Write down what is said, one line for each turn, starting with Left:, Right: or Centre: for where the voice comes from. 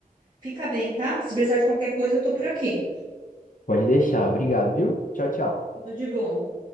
Right: fica bem, tá? Se precisar de qualquer coisa, eu tô por aqui.
Left: Pode deixar. Obrigado, viu? Tchau, tchau.
Right: Tudo de bom.